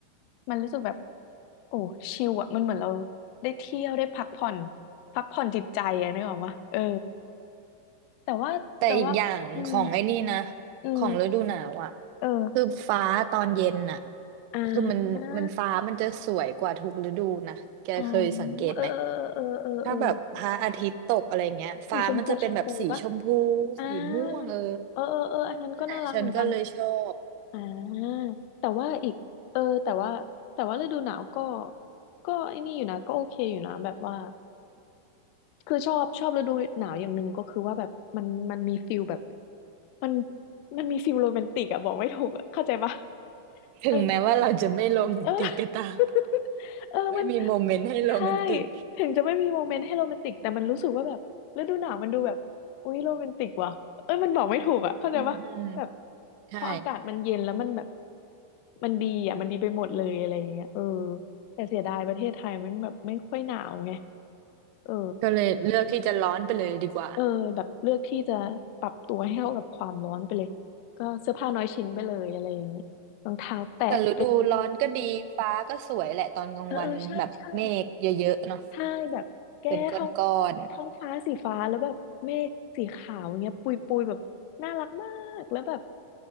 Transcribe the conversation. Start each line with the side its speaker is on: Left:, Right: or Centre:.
Left: มันรู้สึกแบบโอ้ชิลอะมันเหมือนเราได้เที่ยวได้พักผ่อนพักผ่อนจิตใจอะนึกออกปะเออแต่ว่าแต่ว่าอืม
Right: แต่อีกอย่างของไอ้นี่นะ
Left: อืม
Right: ของฤดูหนาวอ่ะ
Left: เออ
Right: คือฟ้าตอนเย็นน่ะ
Left: อ่า
Right: คือมันมันฟ้ามันจะสวยกว่าทุกฤดูนะแกเคยสังเกตไหม
Left: อ๋อเออเออเออเออเออ
Right: ถ้าแบบพระอาทิตย์ตกอะไรเงี้ยฟ้ามันจะเป็นแบบสีชมพู
Left: สีชมพูชมพูปะอ่า
Right: สีม่วงเออ
Left: เออเออเอออันนั้นก็น่ารักเหมือนกัน
Right: นั่นแหละฉันก็เลยชอบ
Left: อ่าแต่ว่าอีกเออแต่ว่าแต่ว่าฤดูหนาวก็ก็ไอ้นี่อยู่นะก็โอเคอยู่นะแบบว่าคือชอบชอบฤดูหนาวอย่างหนึ่งก็คือว่าแบบมันมันมีฟิลแบบมันมันมีฟิลโรแมนติกอะ บอกไม่ถูกอะเข้าใจปะ
Right: ถึงแม้ว่าเราจะไม่โรแมนติกก็ตาม
Left: <laughs> เออ <laughs> เออมัน
Right: ไม่มีโมเมนต์ให้โรแมนติก
Left: ใช่ถึงจะไม่มีโมเมนต์ให้โรแมนติกแต่มันรู้สึกว่าแบบฤดูหนาวมันดูแบบอุ๊ยโรแมนติกว่ะเอ้ยมันบอกไม่ถูกอ่ะเข้าใจปะแบบ
Right: อืมอืมใช่
Left: พออากาศมันเย็นแล้วมันแบบมันดีอ่ะมันดีไปหมดเลยอะไรอย่างเงี้ยเออแต่เสียดายประเทศไทยมันแบบไม่ค่อยหนาวไงเออ
Right: ก็เลยเลือกที่จะร้อนไปเลยดีกว่า
Left: เออแบบเลือกที่จะปรับตัวให้เข้ากับความร้อนไปเลยก็เสื้อผ้าน้อยชิ้นไปเลยอะไรอย่างงี้รองเท้าแตะเป็น
Right: แต่ฤดูร้อนก็ดีฟ้าก็สวยแหละตอนกลางวันแบบเมฆเยอะๆเนาะ
Left: เออเออเออใช่ใช่ ใช่แบบแก้ท้อง
Right: เป็นก้อน
Left: ท้องฟ้าสีฟ้าแล้วแบบเมฆสีขาวเงี้ยปุยปุยแบบน่ารักมากแล้วแบบ